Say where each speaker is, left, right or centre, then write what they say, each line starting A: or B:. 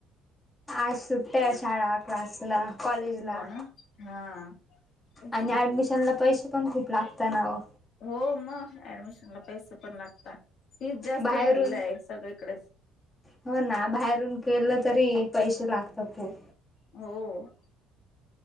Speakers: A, on the left; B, on the left.
A: आज सुट्ट्या शाळा क्लास ला कॉलेज ला
B: हो ना हा तेच
A: आणि
B: ना
A: ऍडमिशन ला पैशे पण खूप लागता नाओ.
B: हो मग ऍडमिशन ला पैसे पण लागतात. फीज जास्त
A: बाहेरून
B: झालेली आहे सगळीकडेच.
A: हो ना बाहेरून केलं तरी पैसे लागतात खूप.
B: हो.